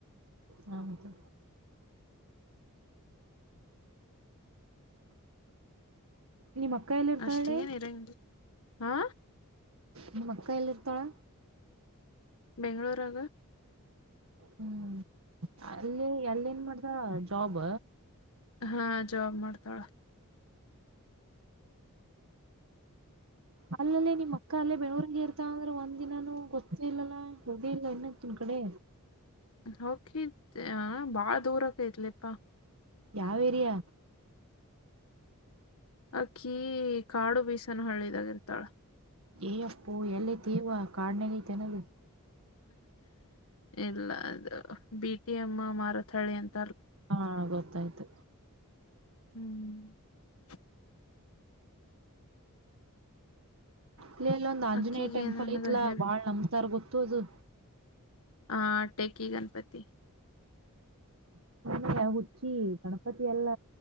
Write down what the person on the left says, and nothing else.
ಅಷ್ಟ ಏನ್ ಇರಂಗಿಲ್ಲ ಹಾ
ಬೆಂಗಳೂರು
ಹಾ ಜಾಬ್ ಮಾಡ್ತಾಳ
ಹಕ ಬಾಳ ದೂರಕೈತ್ಲಿಪ್ಪಾ
ಅಕ್ಕಿ ಕಾಡು ಬೀಸನು ಹಳ್ಳಿದಾಗಿ ಇರ್ತಾಳ
ಇಲ್ಲ ಅದು ಬಿ ಟಿ ಎಮ್ಮ ಮಾರುಥಳಿ ಅಂತ
ಹ್ಮ್
ಅಕ್ಕಿಗೆ
ನನಗ
ಹೆವಿ
ಹ ಟೆಕಿ ಗಣಪತಿ